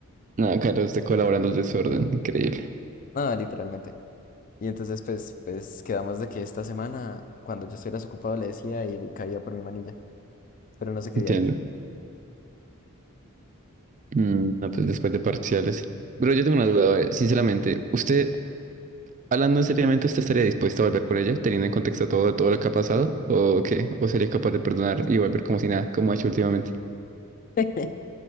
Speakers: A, on the right; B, on the left.
A: No, claro, usted colaborando el desorden. Increíble.
B: No, literalmente. Y entonces, pues, pues quedamos de que esta semana, cuando yo estuviera desocupado, le decía y le caía por mi manilla, pero no se quería
A: Entiendo.
B: ir.
A: Mm, no, pues después de parciales. Pero yo tengo una duda, eh, sinceramente. ¿Usted, hablando seriamente, usted estaría dispuesto a volver con ella, teniendo en contexto todo, todo lo que ha pasado? ¿O qué? ¿O sería capaz de perdonar y volver como si nada, como ha hecho últimamente?
B: <laughs>